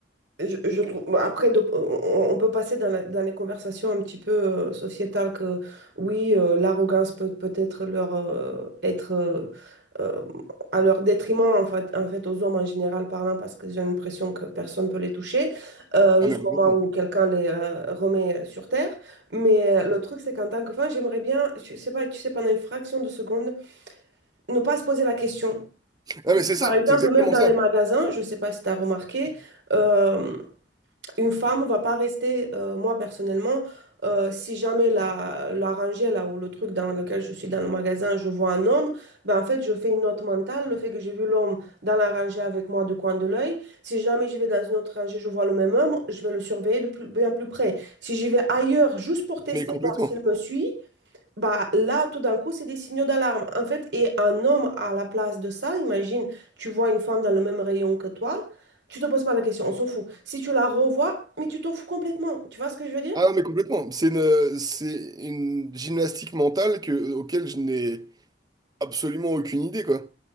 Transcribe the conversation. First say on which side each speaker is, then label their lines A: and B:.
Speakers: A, on the right; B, on the right.
A: Je, je trouve, bon, après, de- on, on peut passer dans, la- dans les conversations un petit peu euh, sociétales que oui, euh, l'arrogance peut peut-être leur euh, être euh, euh, à leur détriment en fait, en fait aux hommes en général parlant parce que j'ai l'impression que personne ne peut les toucher euh,
B: Ah,
A: jusqu'au
B: mais complètement.
A: moment où quelqu'un les euh, remet sur terre. Mais euh, le truc, c'est qu'en tant que femme, j'aimerais bien, je sais pas, tu sais, pendant une fraction de seconde, ne pas se poser la question.
B: Ah,
A: Tu
B: mais
A: sais,
B: c'est ça,
A: Par exemple,
B: c'est exactement
A: même dans
B: ça.
A: les magasins, je sais pas si tu as remarqué. euh, une femme va pas rester, euh, moi personnellement, euh, si jamais la, la rangée là ou le truc dans lequel je suis dans le magasin, je vois un homme, ben en fait je fais une note mentale, le fait que j'ai vu l'homme dans la rangée avec moi du coin de l'œil. Si jamais je vais dans une autre rangée, je vois le même homme, je vais le surveiller de plus, bien plus près. Si j'y vais ailleurs juste pour tester,
B: Mais complètement.
A: voir s'il me suit, bah, là, tout d'un coup, c'est des signaux d'alarme. En fait, et un homme à la place de ça, imagine, tu vois une femme dans le même rayon que toi, tu te poses pas la question, on s'en fout. Si tu la revois, mais tu t'en fous complètement. Tu vois ce que je veux dire?
B: Ah, mais complètement. C'est une, c'est une gymnastique mentale que, auquel je n'ai absolument aucune idée, quoi.